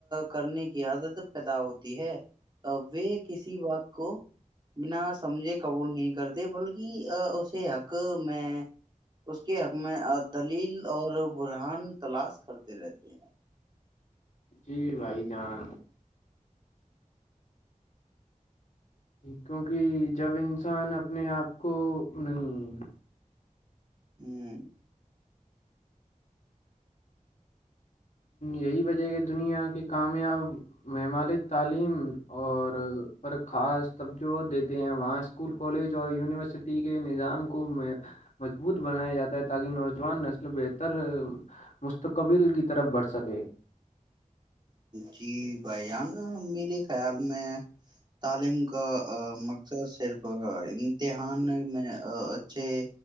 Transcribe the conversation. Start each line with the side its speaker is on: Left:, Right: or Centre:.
Right: کرنے کی عادت پیدا ہوتی ہے وہ کسی بات کو بنا سمجھے قبول نہیں کرتے بلکہ اسے حق میں اس کے حق میں دلیل اور برہان تلاش کرتے رہتے ہیں
Left: جی بھائی جان کیونکہ جب انسان اپنے آپ کو نہیں
Right: ہوں
Left: یہی وجہ کہ دنیا کے کامیاب ممالک تعلیم اور پر خاص توجہ دیتے ہیں وہاں اسکول کالج اور یونیورسٹی کے نظام کو مضبوط بنایا جاتا ہے تاکہ نوجوان نسل بہتر مستقبل کی طرف بڑھ سکے
Right: جی بھائیانا میرے خیال میں تعلیم کا مقصد صرف امتحان میں اچھے